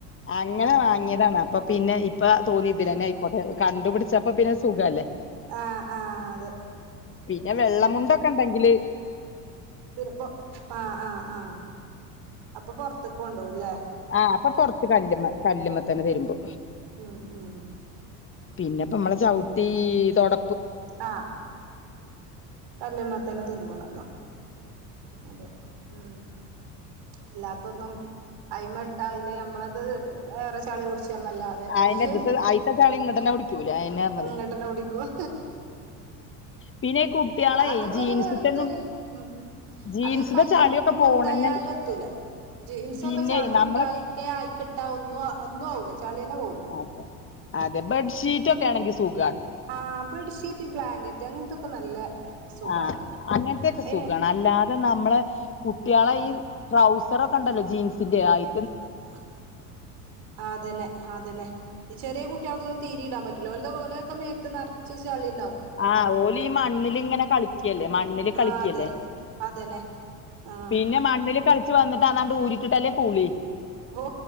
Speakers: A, on the left (about 25°); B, on the right (about 60°).
A: അങ്ങനെ
B: അതെ
A: വാങ്ങിയതാണ് അപ്പൊ പിന്നെ ഇപ്പ തോന്നിയതില്ല എന്നെ ആയിക്കോട്ടെ കണ്ടുപിടിച്ചപ്പ പിന്നെ സുഖല്ലേ
B: ആഹ് ആഹ് അതെ
A: പിന്നെ വെള്ളമുണ്ടൊക്കെ ണ്ടെങ്കില്
B: പിന്നെൊ ആ ആഹ് ആഹ അപ്പൊ പുൊറത്തേക്ക ഉണ്ടകല്ലേ
A: ആഹ അപ്പൊ പൊറത്ത് കല്ലുമ്മ കല്ലുമ്മ തന്നെ തരുമ്പോ
B: ഉം ഉം
A: പിന്നെപ്പ നമ്മളെ ചവിട്ടി തൊട.
B: ആഹ് കല്മാത്തന്നെ തതിരുമ്പണന്തോ അതെ ഉം അല്ലാത്തൊന്നും അയിമട്ട അല് നമ്മളത് ഏറെ ചളി കുടിച്ച നല്ലാതെ
A: അതിന്റെ
B: അഹ്
A: ഇതിത്തെ അയിത്ത ചളി ഇങ്ങോട്ട് തന്നെ പിടിക്കൂല അതന്നെ പറഞ്ഞത്
B: ഇങ്ങോട്ടന്നെ കുടിക്കും
A: പിന്നെ ഈ കുട്ടികളെ
B: അതൊക്കെരു
A: ജീൻസിട്ടൊന്നും
B: വെ ഇതൊരു ഉം
A: ജീൻസിന്റെ
B: അതീ കല്ല്മൊക്കൊന്നും
A: ചളിയൊക്കെ പോണെന്നെ
B: എന്തായാലും ഒത്തൂല ജീൻസൊക്കെ
A: പിന്നെ
B: ചളി
A: നമ്മൾ
B: ഉണ്ടായിക്ക ആയിക്കിട്ടാ ഒന്നും ഒന്നും ആവൂല ചളിയന്നെ പോവൂല
A: അതെ അതെ ബെഡ്ഷീറ്റ് ഒക്കെ ആണെങ്കിൽ സുഖ.
B: ആ ബെഡ്ഷീറ്റ് ബ്ലാങ്കറ്റ് അങ്ങൻത്തൊക്കെ നല്ല സുഖാണ്
A: ആഹ അങ്ങനത്തെക്കെ
B: അയിന്
A: സുഖമാണ് അല്ലാതെ നമ്മള് കുട്ടികളെ
B: ആ
A: ഈ ട്രൗസറൊക്കെ ഉണ്ടല്ലോ ജീൻസിന്റെ ആയി
B: ആ ആ തന്നെ ആ തന്നെ ചെറിയ കുട്ടികൾതൊന്നും തീരിയിടാൻ പറ്റ <unintelligible> കോലയൊക്കെ മേത്ത് നറ്ച്ച് ചള്ളി
A: ആഹ ഓല ഈ മണ്ണില് ഇങ്ങനെ കളിക്കല്ലേ മണ്ണില്
B: ആ
A: കളിക്കല്ലേ
B: അതെ അതന്നെ ആ
A: പിന്നെ മണ്ണില് കളിച്ച് വന്നിട്ട് അതാണ്ട് ഊരിട്ടിട്ടല്ലേ കൂളി
B: പോ